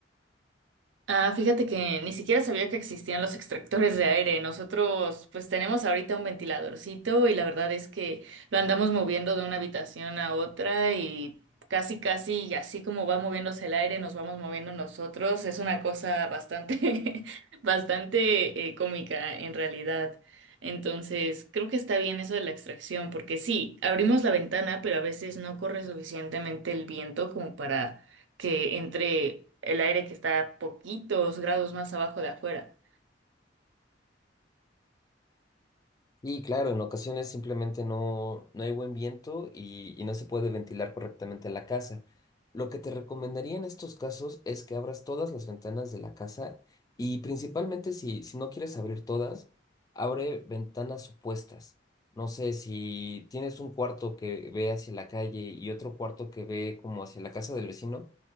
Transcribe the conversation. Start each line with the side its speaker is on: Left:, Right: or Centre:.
Right: Ah, fíjate que ni siquiera sabía que existían los extractores de aire. Nosotros pues tenemos ahorita un ventiladorcito y la verdad es que lo andamos moviendo de una habitación a otra y casi casi y así como va moviéndose el aire nos vamos moviendo nosotros. Es una cosa bastante <laughs> bastante eh, cómica en realidad. Entonces creo que está bien eso de la extracción porque sí, abrimos la ventana pero a veces no corre suficientemente el viento como para que entre el aire que está a poquitos grados más abajo de afuera.
Left: Y claro, en ocasiones simplemente no, no hay buen viento y, y no se puede ventilar correctamente la casa. Lo que te recomendaría en estos casos es que abras todas las ventanas de la casa y principalmente si, si no quieres abrir todas, abre ventanas opuestas. No sé, si tienes un cuarto que ve hacia la calle y otro cuarto que ve como hacia la casa del vecino,